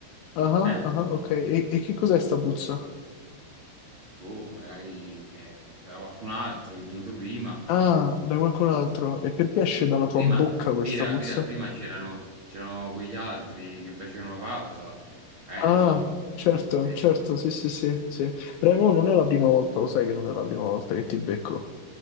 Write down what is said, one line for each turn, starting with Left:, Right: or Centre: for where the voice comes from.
Left: Ah,
Right: eh?
Left: ah, ah, ok. E, e che cos'è sta puzza?
Right: Boh, magari eh, era qualcun altro che è venuto prima.
Left: Ah, da qualcun altro. E perché esce dalla tua
Right: Prima,
Left: bocca questa
Right: prima-
Left: puzza?
Right: prima- prima c'erano c'erano quegli altri che facevano pausa, magari
Left: Ah,
Right: loro.
Left: certo,
Right: Se,
Left: certo, sì, sì, sì, sì. Remo non è la prima volta, lo sai che non è la prima volta che ti becco.